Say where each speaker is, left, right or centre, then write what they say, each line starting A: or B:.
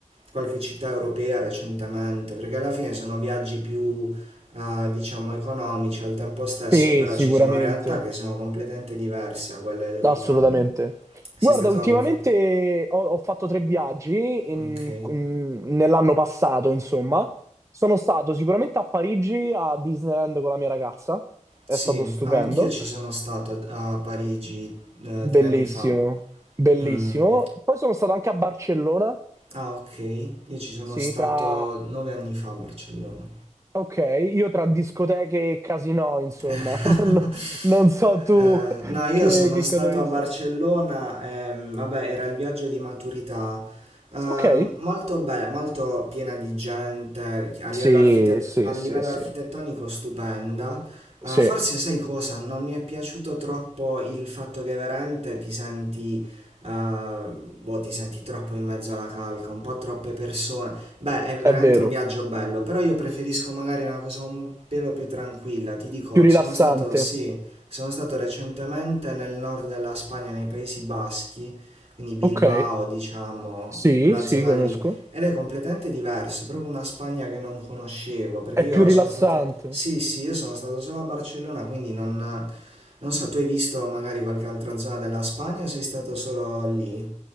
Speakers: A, on the right (about 50°); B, on the right (about 25°).
A: qualche città europea recentemente, perché alla fine sono viaggi più, eh, diciamo, economici al tempo stesso,
B: Sì,
A: però
B: sicuramente.
A: ci sono realtà che sono completamente diverse da quelle dell'Italia.
B: Assolutamente.
A: Sei
B: Guarda,
A: stato
B: ultimamente
A: da qualche parte?
B: ho, ho fatto tre viaggi in-
A: Ok.
B: in- nell'anno passato, insomma. Sono stato sicuramente a Parigi, a Disneyland con la mia ragazza. È
A: Sì,
B: stato stupendo.
A: ah, anch'io ci sono stato a a Parigi eh,
B: Bellissimo,
A: tre anni fa.
B: bellissimo.
A: Mm.
B: Poi sono stato anche a Barcellona.
A: Ah, ok. Io ci sono
B: Sì,
A: stato
B: tra...
A: nove anni fa a Barcellona.
B: Ok, io tra discoteche e casinò, insomma.
A: <laughs>
B: <laughs> Non, non so tu
A: Eh, no, io
B: che,
A: sono
B: che
A: stato
B: cosa hai visto.
A: a Barcellona, ehm, vabbè, era il viaggio di maturità. Ehm,
B: Ok.
A: molto bella, molto piena di gente, a livello
B: Sì,
A: architet-
B: sì,
A: a livello
B: sì, sì.
A: architettonico stupenda. Eh,
B: Sì,
A: forse sai cosa? Non mi è piaciuto troppo il fatto che veramente ti senti eh, boh, ti senti troppo in mezzo alla calca, un po' troppe persone. Beh, è veramente
B: è vero.
A: un viaggio bello, però io preferisco magari una cosa un pelo più tranquilla. Ti dico,
B: Più rilassante.
A: sono stato, sì, sono stato recentemente nel nord della Spagna, nei Paesi Baschi, quindi Bilbao,
B: Ok.
A: diciamo,
B: Sì,
A: quella
B: sì,
A: zona
B: conosco.
A: lì. Ed è completamente diverso, è proprio una Spagna che non conoscevo, perché
B: È
A: io
B: più rilassante.
A: sono stato, sì, sì, io sono stato solo a Barcellona, quindi non... Non so, tu hai visto magari qualche altra zona della Spagna o sei stato solo lì?